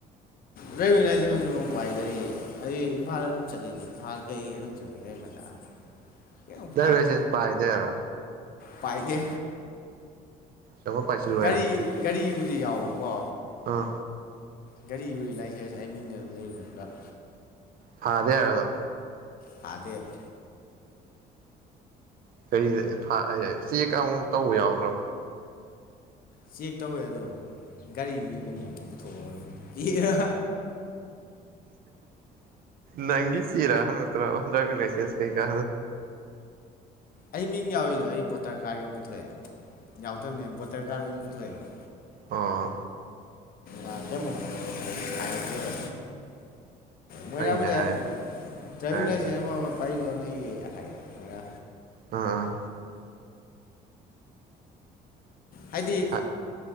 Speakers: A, on the left; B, on the right.
A: ꯗ꯭ꯔꯥꯏꯚꯡ ꯍꯥꯏꯁꯦ ꯍꯧꯖꯤꯛꯐ ꯄꯥꯏꯗꯔꯤ ꯑꯩ ꯏꯝꯐꯥꯜ ꯑꯗꯨꯝ ꯆꯠꯂꯤꯗꯤ ꯏꯝꯐꯥꯜ ꯀꯩ ꯑꯗꯨꯝ ꯆꯠꯂꯤꯒꯒꯥ ꯃꯆꯥ <inaudible>
B: ꯂꯩꯔꯔꯁꯦꯁ
A: ꯐꯥꯗꯦ
B: ꯄꯥꯏꯗꯦꯔꯣ
A: ꯄꯥꯏꯗꯦ
B: ꯑꯃ ꯄꯥꯏꯁꯤꯜꯂꯣꯏꯅ
A: ꯒꯥꯔꯤ ꯒꯥꯔꯤ ꯕꯨꯔꯤ ꯌꯥꯎꯕꯀꯣ
B: ꯑꯥ
A: ꯒꯥꯔꯤ ꯎꯔꯤ ꯂꯥꯏꯁꯦꯟꯁ ꯑꯩꯃꯤꯡꯗ ꯑꯗꯨꯝ ꯂꯩꯔꯤꯅ ꯄꯨꯂꯞ
B: ꯑꯗꯦ ꯍꯥꯏꯗꯣ
A: ꯐꯥꯗꯦꯕ
B: ꯀꯔꯤꯗ ꯆꯦꯛ ꯑꯃꯨꯛ ꯇꯧꯕ ꯌꯥꯎꯗ꯭ꯔꯣ
A: ꯆꯦꯛ ꯇꯧꯋꯦ ꯑꯗꯣ ꯒꯥꯔꯤꯒꯤ ꯀꯩꯅꯣꯗꯣ ꯄꯨꯊꯣꯛꯑꯣ ꯑꯗꯨꯝ ꯏꯔ
B: ꯅꯪꯒꯤ ꯆꯔꯥ ꯍꯪꯠꯇ꯭ꯔꯥꯖꯁꯦ ꯀꯩꯀꯥ
A: ꯑꯩ ꯃꯤꯡ ꯌꯥꯎꯔꯤꯗꯣ ꯑꯩ ꯕꯣꯇꯔ ꯀꯥꯔꯒ ꯄꯨꯊꯣꯛꯑꯦ ꯌꯥꯎꯊꯕꯅꯦꯕ ꯕꯣꯇꯔ ꯒꯥꯔ ꯑꯣꯏꯅ ꯄꯨꯊꯣꯛꯑꯦꯕ
B: ꯑꯥ
A: ꯔꯥꯇꯃꯨꯛ ꯍꯥꯏꯔꯛꯇꯦꯕ ꯃꯣꯏꯔꯥꯕꯨꯗꯤ
B: ꯐꯩꯅꯦ ꯍꯥꯏ
A: ꯗ꯭ꯔꯥꯏꯚꯤꯡ
B: ꯍꯥꯏꯔꯛꯇ꯭ꯔꯦ
A: ꯂꯥꯏꯖꯦꯟꯁ ꯑꯃꯒ ꯄꯩꯖꯤꯜꯂꫭ ꯅꯩꯒꯤꯒ ꯍꯥꯏꯌꯦꯕ ꯃꯣꯏꯔꯥ
B: ꯑ
A: ꯍꯥꯏꯗꯤ
B: ꯑꯥ